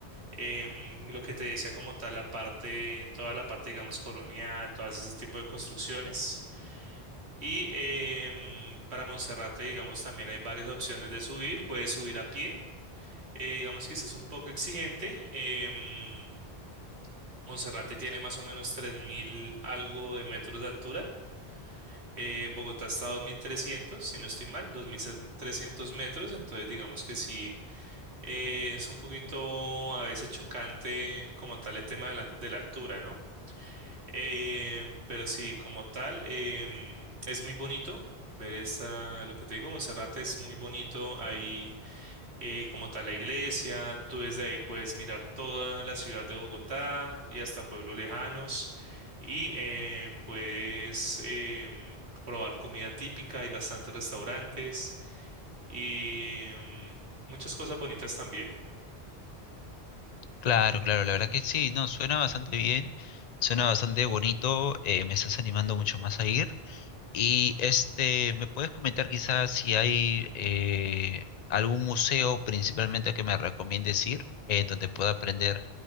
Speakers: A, on the right; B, on the left.
A: em, lo que te decía como tal, la parte, toda la parte, digamos, colonial, todas ese tipo de construcciones. Y em, para Monserrate, digamos, también hay varias opciones de subir. Puedes subir a pie. eh, digamos que sí es un poco exigente. em, Monserrate tiene más o menos 3.000 algo de metros de altura. eh, Bogotá está a 2.300 si no estoy mal, dos mil trescientos metros. Entonces, digamos que sí. Eh, es un poquito a veces chocante como tal el tema de la, de la altura, ¿no? Em, pero sí, como tal, em, es muy bonito ver esa, lo que te digo, Monserrate es muy bonito, ahí eh, como tal la iglesia, tú desde ahí puedes mirar toda la ciudad de Bogotá y hasta pueblos lejanos y em, puedes em, probar comida típica, hay bastantes restaurantes y em, muchas cosas bonitas también.
B: Claro, claro, la verdad que sí, no, suena bastante bien, suena bastante bonito, eh, me estás animando mucho más a ir. Y este, ¿me puedes comentar quizás si hay eh, algún museo principalmente que me recomiendes ir, eh, donde pueda aprender